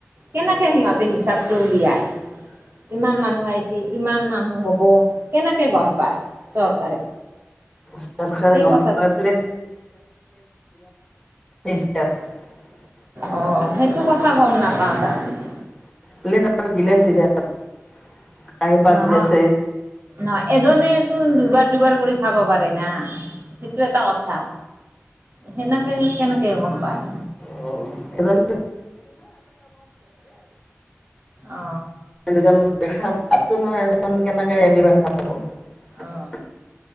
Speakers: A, on the right; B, in the centre.
A: কেনেকে সিহঁতে হিচাপটো উলিয়াই। ইমান মানুহ আহিছি। ইমান মানুহ হ'ব। কেনেকে গম পায় চৰকাৰে?
B: চৰকাৰে
A: সেই
B: গম
A: কথাত
B: পাই পে। <unintelligible>
A: অ' হেই <unintelligible> গম নাপাওঁ তামানে -
B: <inaudible>
A: নহঅ
B: যে আছে
A: নয় এজনেতো দুবাত - দুবাৰ কৰি খাব পাৰে না সেইটো এটা কথা। সেনেকেই কেনেকে গম পায়?
B: <inaudible> এজন
A: অ
B: দুজন দেখা <unintelligible>
A: অ
B: <inaudible>